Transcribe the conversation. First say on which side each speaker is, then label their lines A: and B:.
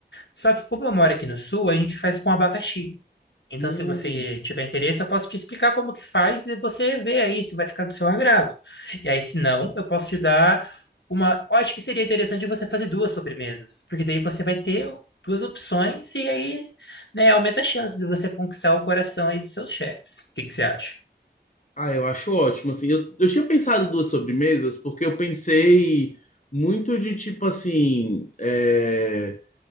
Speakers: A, on the left; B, on the left.
A: Só que como eu moro aqui no sul, a gente faz com abacaxi. Então,
B: Hum.
A: se você tiver interesse, eu posso te explicar como que faz e você vê aí se vai ficar do seu agrado. E aí, se não, eu posso te dar uma. Eu acho que seria interessante você fazer duas sobremesas, porque daí você vai ter duas opções e aí, né, aumenta a chance de você conquistar o coração aí dos seus chefes. O que que você acha?
B: Ah, eu acho ótimo, assim, eu, eu tinha pensado duas sobremesas, porque eu pensei muito de, tipo, assim, é,